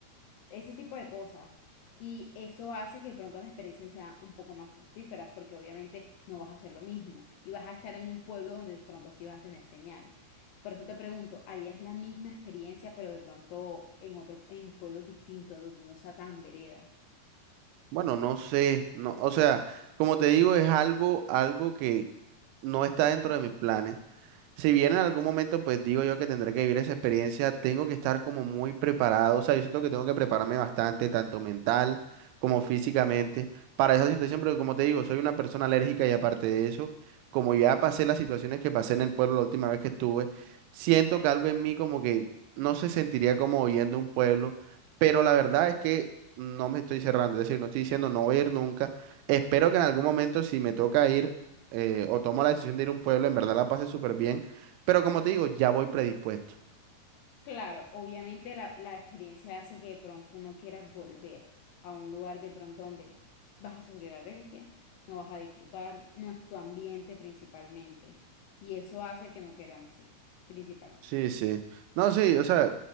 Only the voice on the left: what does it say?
ese tipo de cosas. Y eso hace que de pronto las experiencias sean un poco más fructíferas, porque obviamente no vas a hacer lo mismo y vas a estar en un pueblo donde de pronto sí vas a tener señal. Por eso te pregunto, ¿harías la misma experiencia, pero de pronto en otro, en pueblos distintos, donde no sea tan vereda?
Claro, obviamente la, la experiencia hace que de pronto no quieras volver a un lugar de pronto donde vas a sufrir alergia, no vas a disfrutar, no es tu ambiente principalmente. Y eso hace que no queramos ir, principalmente.